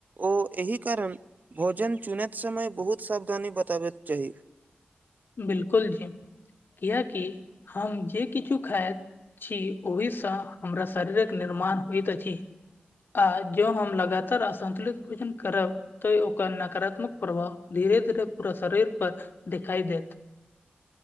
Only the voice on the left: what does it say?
बिल्कुल जी कियाकि हम जे किछु खायत छी ओहिसँ हमरा शरीरक निर्माण होइत अछि आ जँ हम लगातार असन्तुलित भोजन करब तऽ ओकर नकारात्मक प्रभाव धीरे धीरे पूरा शरीर पर देखाइ देत <inaudible>